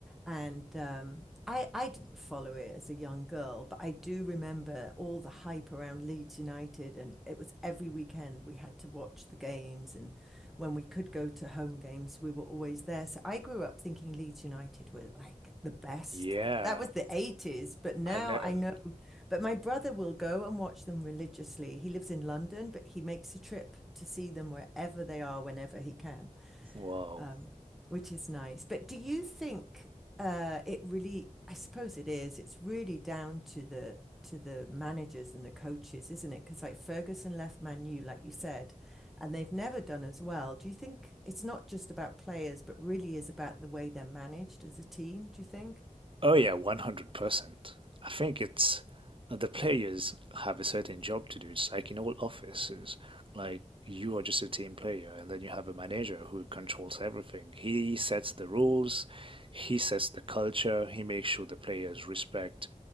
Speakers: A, in the centre; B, on the right.
A: and um, I I didn't follow it as a young girl, but I do remember all the hype around Leeds United, and it was every weekend we had to watch the games and when we could go to home games, we were always there. So I grew up thinking Leeds United were like the best.
B: Yeah,
A: That was the 80s, but now
B: I know.
A: I know. But my brother will go and watch them religiously. He lives in London, but he makes a trip to see them wherever they are, whenever he can
B: Wow.
A: um, which is nice. But do you think uh, it really, I suppose it is, it's really down to the to the managers and the coaches, isn't it? Because like Ferguson left Man U, like you said, and they've never done as well. Do you think it's not just about players, but really is about the way they're managed as a team, do you think?
B: Oh yeah, 100%. I think it's uh, the players have a certain job to do. It's like in all offices, like you are just a team player, and then you have a manager who controls everything. He sets the rules, he sets the culture, he makes sure the players respect